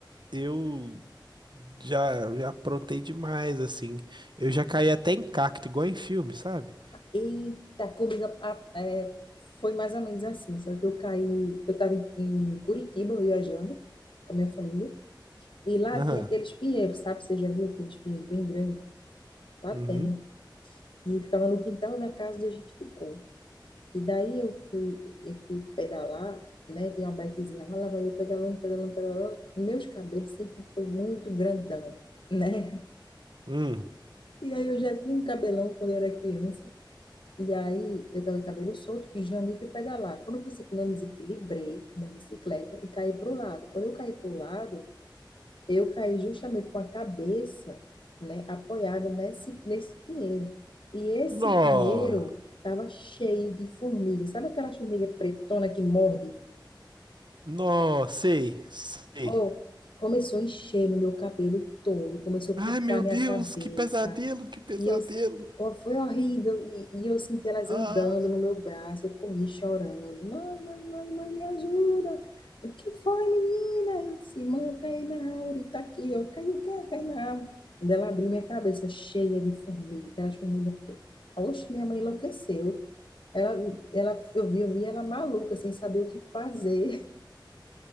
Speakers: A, on the right; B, on the left.
A: eu já, já aprontei demais, assim. Eu já caí até em cacto, igual em filme, sabe?
B: Eita, comigo a- é, foi mais ou menos assim, só que eu caí, eu estava em, em Curitiba viajando com a minha família, e lá
A: Aham.
B: tem aqueles pinheiros, sabe? Você já viu aqueles pinheiros bem grandes? Lá
A: Uhum.
B: tem. E ficava no quintal da casa onde a gente ficou. E daí eu fui, eu fui pedalar, né? Tinha uma bikezinha lá, lá vai eu pedalando, pedalando, pedalando. Meus cabelos sempre foi muito grandão, né?
A: Hum.
B: E aí eu já tinha um cabelão quando eu era criança. E aí, eu tava de cabelo solto, pijama e fui pedalar. Quando eu pensei que não me desequilibrei da bicicleta e caí pro lado. Quando eu caí pro lado, eu caí justamente com a cabeça, né, apoiada nesse, nesse pinheiro. E esse
A: Nó.
B: pinheiro tava cheio de formiga. Sabe aquela formiga pretona que morde?
A: Nó, sei, sei.
B: Oh, começou a encher no meu cabelo todo, começou
A: Ai,
B: a picar
A: meu
B: minha
A: Deus,
B: cabeça.
A: que pesadelo, que pesadelo.
B: E eu, ó, foi horrível. E, e eu senti elas
A: Ah.
B: andando no meu braço, eu corri chorando. Mãe, mãe, mãe, mãe, me ajuda. O que foi, menina? Eu disse, mãe, eu caí na árvore, tá aqui. Eu caí o quê? Eu caí na árvore. Quando ela abriu minha cabeça cheia de formiga, aquelas formigas. pretas. Oxe, minha mãe enlouqueceu. Ela, ela, eu vi, eu vi ela maluca, sem saber o que fazer. <laughs>